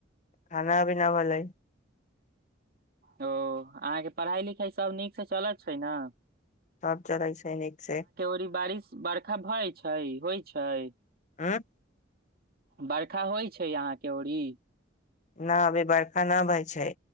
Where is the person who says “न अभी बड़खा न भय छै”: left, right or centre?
Left